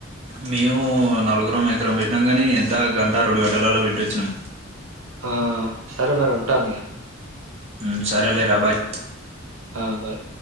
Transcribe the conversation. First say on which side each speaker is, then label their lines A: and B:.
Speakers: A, on the right; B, on the right.
A: మేమూ నలుగురం ఎకరం బెట్నాం గానీ ఎంత గంట రెండు గంటలల్ల పెట్టొచ్చినం
B: ఆ సరె మరి ఉంటానిగ
A: ఉమ్ సరేలెర బాయ్
B: ఆ బాయ్